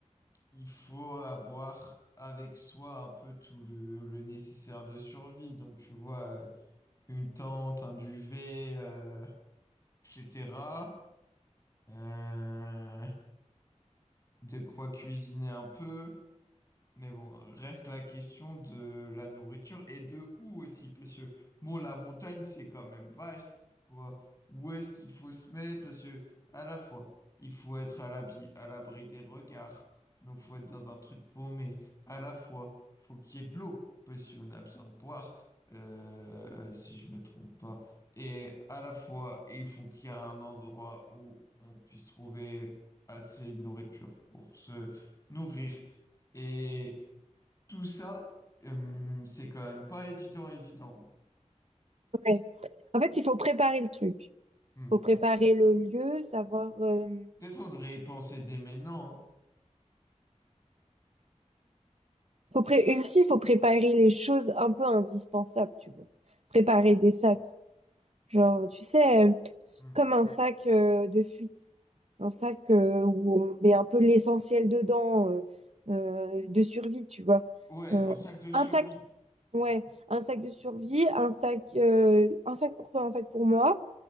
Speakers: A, on the left; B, on the right.
A: il faut avoir avec soi un peu tout le, le nécessaire de survie. Donc, tu vois, euh, une tente, un duvet, euh, etc. Euh, de quoi cuisiner un peu. Mais bon, reste la question de la nourriture et de où aussi, parce que bon, la montagne, c'est quand même vaste, quoi. Où est-ce qu'il faut se mettre? Parce que, à la fois, il faut être à l'abri, à l'abri des regards, donc faut être dans un truc paumé. À la fois, faut qu'il y ait de l'eau, parce qu'on a besoin de boire, euh, si je me trompe pas. Et à la fois, il faut qu'il y ait un endroit où on puisse trouver assez de nourriture pour se nourrir. Et tout ça, euh, c'est quand même pas évident, évident.
B: Ouais. En fait, il faut préparer le truc.
A: Hmm.
B: Faut préparer le lieu, savoir. euh,
A: Peut-être on devrait y penser dès maintenant.
B: Faut pré- Et aussi, il faut préparer les choses un peu indispensables, tu vois. Préparer des sacs. Genre, tu sais, euh,
A: hein.
B: comme un Ouais. sac euh, de fuite. Un sac euh, où on met un peu l'essentiel dedans, euh, euh, de survie, tu vois.
A: Hmm. Ouais,
B: Euh,
A: un sac de survie.
B: un sac, ouais, un sac de survie, un sac, euh, un sac pour toi, un sac pour moi.